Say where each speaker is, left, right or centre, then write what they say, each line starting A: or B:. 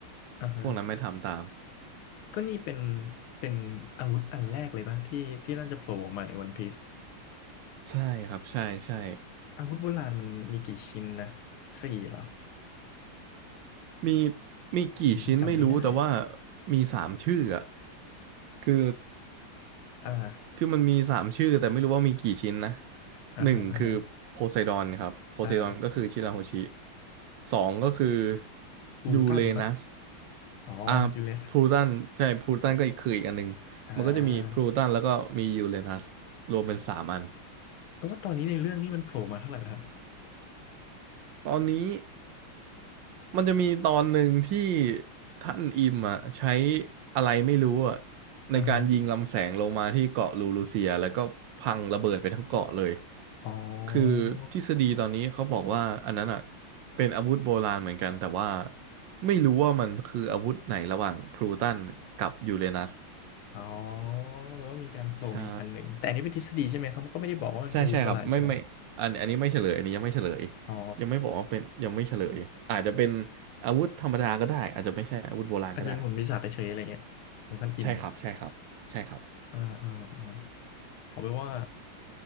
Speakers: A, on the left (about 85°); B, on the right (about 70°).
A: อ่าฮะ
B: พวกนั้นไม่ทำตาม
A: ก็นี่เป็นเป็นอาวุธอันแรกเลยป่ะที่ที่น่าจะโผล่ออกมาในวันพีซ
B: ใช่ครับใช่ใช่
A: อาวุธโบราณมันมีกี่ชิ้นนะสี่เหรอ
B: มีมีกี่ชิ้นไม่รู้แต่ว่า
A: ผมจำไม่ได้
B: มีสามชื่ออะคือ
A: อ่า
B: คือมันมีสามชื่อแต่ไม่รู้ว่ามีกี่ชิ้นนะ
A: อ่าฮะอ่าฮะ
B: หนึ่งคือโพไซดอนครับโพไซดอนก็คือชิราโฮชิ
A: อ่า
B: สองก็คือ
A: พลูตันปะ
B: ยูเรนัส
A: อ๋อยูเรส
B: อ่าพลูตันใช่พลูตันก็อีกคืออีกอันหนึ่งมันก็จะมีพลูตันแล้วก็มียูเรนัสรวมเป็นสามอัน
A: อ่าแปลว่าตอนนี้ในเรื่องนี้มันโผล่มาเท่าไหร่แล้วครับ
B: ตอนนี้มันจะมีตอนหนึ่งที่ท่านอิมอ่ะใช้อะไรไม่รู้อ่ะในการยิงลำแสงลงมาที่เกาะลูรูเซียแล้วก็พังระเบิดไปทั้งเกาะเลย
A: อ่าฮะอ๋อ
B: คือทฤษฎีตอนนี้เขาบอกว่าอันนั้นอ่ะเป็นอาวุธโบราณเหมือนกันแต่ว่าไม่รู้ว่ามันคืออาวุธไหนระหว่างพลูตันกับยูเรนัส
A: อ๋อแปลว่ามีการโผล่มาอีกอันหนึ่ง
B: ใช่
A: แต่อันนี้เป็นทฤษฎีใช่ไหมเขาก็ไม่ได้บอกว่ามันคืออาวุธโบราณใช่ไหม
B: ใช่ใช่ครับไม่ไม่อันอันนี้ไม่เฉลยอันนี้ยังไม่เฉลย
A: อ๋อ
B: ยังไม่บอกว่าเป็นยังไม่เฉลยอาจจะเป็นอาวุธธรรมดาก็ได้อาจจะไม่ใช่อาวุธโบราณก็ได้
A: อาจจะเป็นหุ่นปีศาจเฉยๆอะไรเงี้ยของคันอิ่ม
B: ใช่ครับใช่ครับใช่ครับ
A: อ่าอ่าอ่าเอาไปนว่า